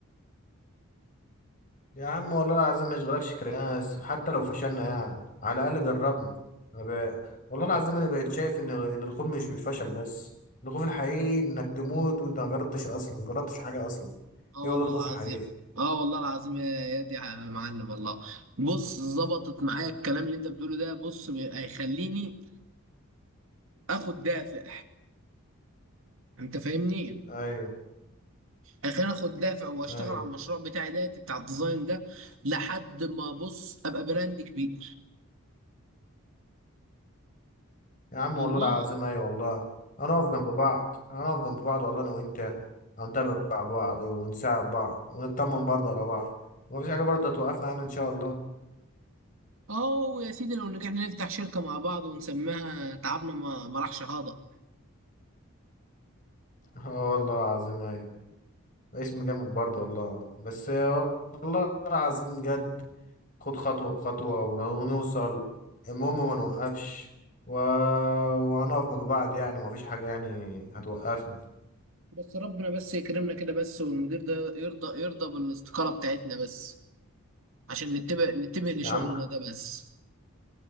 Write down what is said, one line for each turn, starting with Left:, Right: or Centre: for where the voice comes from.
Left: يا عم والله العظيم ما يشغلكش كرياس حتى لو فشلنا يعني على الأقل جربنا أنا ب... والله العظيم أنا بقيت شايف إن إن الخوف مش من الفشل بس الخوف الحقيقي إنك تموت وأنت ما جربتش أصلا ما جربتش حاجة أصلا
Right: اه
Left: إيه هو
Right: والله
Left: ده الخوف
Right: العظيم
Left: الحقيقي
Right: اه والله العظيم يا يا دي يا معلم والله بص ظبطت معايا الكلام اللي انت بتقوله ده بص بي- هيخليني اخد دافع انت فاهمني
Left: أيوة
Right: هيخليني اخد دافع واشتغل
Left: ايوه
Right: على المشروع بتاعي ده بتاع الديزاين ده لحد ما بص ابقى براند كبير
Left: يا عم
Right: والله
Left: والله العظيم ايوه والله هنقف جنب بعض هنقف جنب بعض والله انا وانت هنتابع بعض ونساعد بعض ونطمن برضه على بعض ومفيش حاجه برضه هتوقفنا عنها ان شاء الله
Right: اه يا سيدي لو نجحنا نفتح شركة مع بعض ونسميها تعبنا ما ما راحش هذا
Left: <laughs> اه والله العظيم ايوه اسم جامد برضه والله بس والله العظيم جد خد خطوه بخطوه ونوصل المهم ما نوقفش و... وهنقف جنب بعض يعني ومفيش حاجه يعني هتوقفنا
Right: بس ربنا بس يكرمنا كده بس والمدير ده يرضى يرضى بالاستقالة بتاعتنا بس عشان نتبه نتبه لشغل
Left: يا عم
Right: ده بس